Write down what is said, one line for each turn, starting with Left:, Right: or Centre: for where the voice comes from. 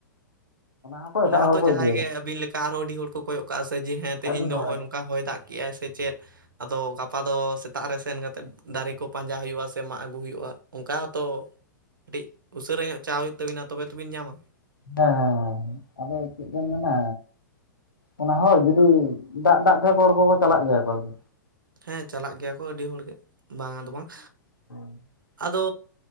Left: ᱦᱚᱸᱠᱚ ᱮᱴᱟᱜ
Right: ᱚᱱᱟ ᱦᱚᱸᱛᱚ
Left: ᱦᱚᱲ ᱠᱚ
Right: ᱡᱟᱦᱟᱸᱭ
Left: ᱤᱫᱤᱭᱟᱠᱚ
Right: ᱜᱮ ᱟᱹᱵᱤᱱ ᱞᱮᱠᱟ ᱟᱨᱦᱚᱸ ᱟᱹᱰᱤ ᱦᱚᱲ ᱠᱚ ᱠᱚᱭᱚᱜ ᱠᱟᱜ ᱥᱮ ᱡᱮ ᱦᱮᱸ ᱛᱮᱦᱮᱧ
Left: ᱟᱹᱰᱤ ᱦᱚᱲ
Right: ᱫᱚ ᱱᱚᱸᱜᱼᱚᱭ
Left: ᱦᱮᱸ
Right: ᱱᱚᱝᱠᱟ ᱦᱚᱭ ᱫᱟᱜ ᱠᱮᱫᱮᱜᱟᱭ ᱥᱮ ᱪᱮᱫ ᱟᱫᱚ ᱜᱟᱯᱟ ᱫᱚ ᱥᱮᱛᱟᱜ ᱨᱮ ᱥᱮᱱ ᱠᱟᱛᱮᱫ ᱫᱟᱨᱮ ᱠᱚ ᱯᱟᱸᱡᱟ ᱦᱩᱭᱩᱜᱼᱟ ᱥᱮ ᱢᱟᱜ ᱟᱹᱜᱩ ᱦᱩᱭᱩᱜᱼᱟ ᱚᱱᱠᱟᱛᱚ ᱠᱟᱹᱴᱤᱡ ᱩᱥᱟᱹᱨᱟ ᱧᱚᱜ ᱪᱟᱜ ᱦᱩᱭᱩᱜ ᱛᱟᱹᱵᱤᱱᱟ ᱛᱚᱵᱮ ᱛᱚᱵᱤᱱ ᱧᱟᱢᱟ?
Left: ᱦᱮᱸ ᱦᱮᱸ ᱦᱮᱸ ᱟᱫᱚ ᱪᱮᱫ ᱵᱮᱱ ᱢᱮᱱᱟ, ᱚᱱᱟ ᱦᱚ ᱡᱩᱫᱤ ᱫᱟᱜ ᱫᱟᱜ ᱛᱮ ᱠᱚ ᱠᱚᱠᱚ ᱪᱟᱞᱟᱜ ᱜᱮᱭᱟ ᱟᱨᱠᱤ᱾
Right: ᱦᱮᱸ ᱪᱟᱞᱟᱜ ᱜᱮᱭᱟ ᱠᱚ ᱟᱹᱰᱤ ᱦᱚᱲᱜᱮ ᱵᱟᱝ ᱫᱚ ᱵᱟᱝ,
Left: <inaudible>
Right: ᱟᱫᱚ